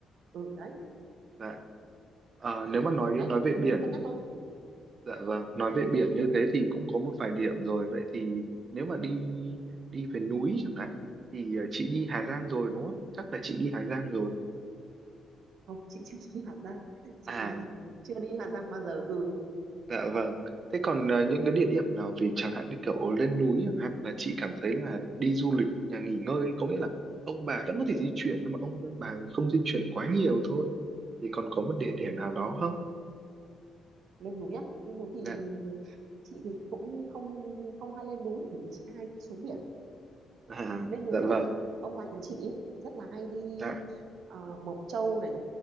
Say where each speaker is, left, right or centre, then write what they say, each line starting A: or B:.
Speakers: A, on the right (about 65°); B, on the right (about 35°).
A: ừ đấy
B: dạ. Ờ, nếu mà nói
A: đấy
B: nói về biển
A: nên cân nhắc thôi
B: Dạ vâng, nói về biển như thế thì cũng có một vài điểm rồi. Vậy thì nếu mà đi đi về núi chẳng hạn thì ờ, chị đi Hà Giang rồi đúng không? Chắc là chị đi Hà Giang rồi.
A: không chị chưa đi Hà Giang chị
B: À,
A: thì chưa đi Hà Giang bao giờ ừ
B: dạ vâng. Thế còn ờ, những cái địa điểm nào về chẳng hạn như kiểu lên núi chẳng hạn mà chị cảm thấy là đi du lịch nhà nghỉ ngơi có nghĩa là ông bà vẫn có thể di chuyển nhưng mà ông bà không di chuyển quá nhiều thôi thì còn có một địa điểm nào đó không?
A: lên núi á lên núi thì
B: Dạ.
A: chị thì cũng không không hay lên núi bởi vì chị hay thích xuống biển
B: À,
A: lên núi
B: dạ vâng.
A: nhưng mà ông bà nhà chị ý, rất là hay đi
B: Dạ,
A: ờ, Mộc Châu này